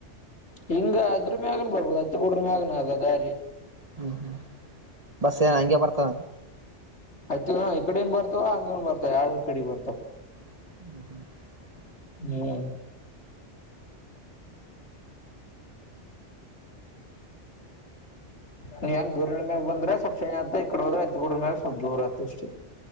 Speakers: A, on the left; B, on the right.
A: ಹಿಂಗ ಅದ್ರ ಮ್ಯಗನ್ ಬರ್ಬೋದು ಅತ್ತ ಕೂಡ್ರ ಮ್ಯಗನ್ ಆಗ ದಾರಿ
B: ಹ್ಮ್ ಹ್ಮ್ ಬಸ್ ಏನ್ ಹಂಗೆ ಬರ್ತಾನ
A: ಆಯ್ತ ಈ ಕಡನ್ ಬರ್ತವ ಹಂಗನ್ ಬರ್ತಾವ ಯಾವ ಕಡೆ ಬರ್ತಾವ
B: <inaudible>
A: ಹ್ಮ್ ನೀ ಏನ್ ದೂರ ಮ್ಯಾಗ ಬಂದ್ರೆ ಸ್ವಲ್ಪ್ ಶನಿ ಆತ ಈ ಕಡೆ ಹೋದ್ರೆ ಇತ್ಕಡ್ರ ಮ್ಯಾಗ ಸ್ವಲ್ಪ್ ದೂರ ಆತ ಅಷ್ಟೆ